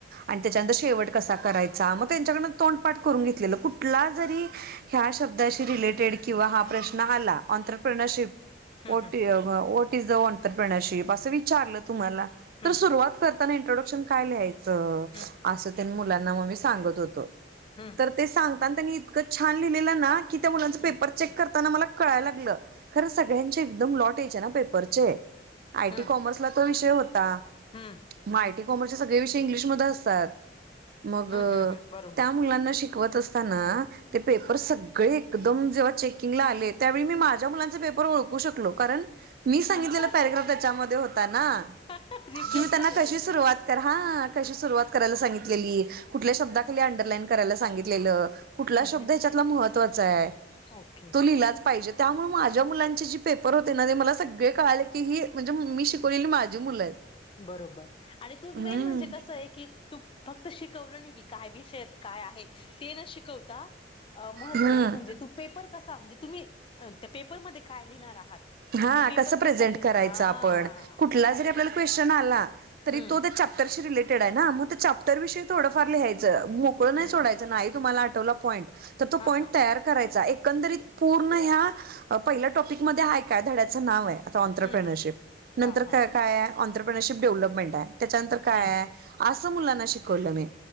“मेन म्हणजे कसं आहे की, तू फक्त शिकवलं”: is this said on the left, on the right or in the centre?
Left